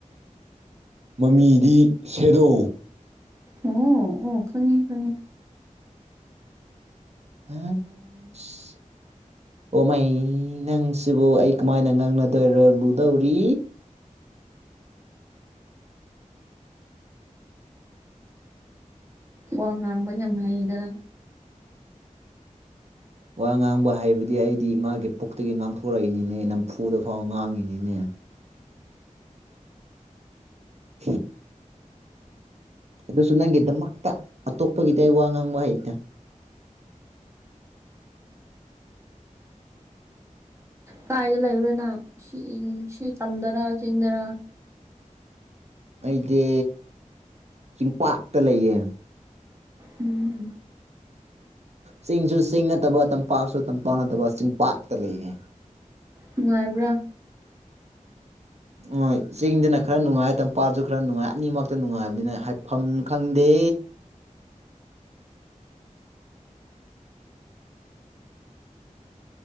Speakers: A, on the right; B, on the right.
A: ꯃꯃꯤꯗꯤ ꯁꯦꯗꯣ
B: ꯑꯣ ꯑꯣ ꯈꯪꯉꯦ ꯈꯪꯉꯦ
A: <unintelligible> ꯑꯣ ꯃꯩ ꯅꯪꯁꯤꯕꯨ ꯑꯩ ꯀꯃꯥꯏꯅ ꯉꯥꯡꯅꯗꯣꯏꯔꯣ ꯂꯨꯗꯧꯔꯤ
B: ꯋꯥ ꯉꯥꯡꯕ ꯌꯥꯝ ꯍꯩꯗꯅ
A: ꯋꯥ ꯉꯥꯡꯕ ꯍꯥꯏꯕꯗꯤ ꯑꯩꯗꯤ ꯏꯃꯥꯒꯤ ꯄꯨꯛꯇꯒꯤ ꯉꯥꯡꯊꯣꯔꯛꯏꯅꯤꯅꯦ ꯅꯝꯐꯨꯗ ꯐꯥꯎ ꯉꯥꯡꯉꯤꯅꯤꯅꯦ <inaudible> ꯑꯗꯨꯁꯨ ꯅꯪꯒꯤꯗꯃꯛꯇ ꯑꯇꯣꯞꯄꯒꯤꯗꯤ ꯑꯩ ꯋꯥ ꯉꯥꯡꯕ ꯍꯩꯇꯦ
B: ꯀꯥꯏꯗ ꯂꯩꯕ꯭ꯔꯥ ꯅꯪ ꯁꯤ ꯁꯤ ꯇꯝꯗꯥꯔ ꯆꯤꯡꯗꯥꯔ
A: ꯑꯩꯗꯤ ꯆꯤꯡꯄꯥꯛꯇ ꯂꯩꯌꯦ
B: ꯎꯝ
A: ꯆꯤꯡꯁꯨ ꯆꯤꯡ ꯅꯠꯇꯕ ꯇꯝꯄꯥꯛꯁꯨ ꯇꯝꯄꯥꯛ ꯅꯠꯇꯕ ꯆꯤꯡꯄꯥꯛꯇ ꯂꯩꯌꯦ
B: ꯅꯨꯡꯉꯥꯏꯕ꯭ꯔꯥ
A: ꯍꯣꯢ ꯆꯤꯡꯗꯅ ꯈꯔ ꯅꯨꯡꯉꯥꯏ ꯇꯝꯄꯥꯛꯜꯁꯨ ꯈꯔ ꯅꯨꯡꯉꯥꯏ ꯑꯅꯤꯃꯛꯇ ꯅꯨꯡꯉꯥꯏꯕꯅꯤꯅ ꯍꯥꯏꯐꯝ ꯈꯪꯗꯦ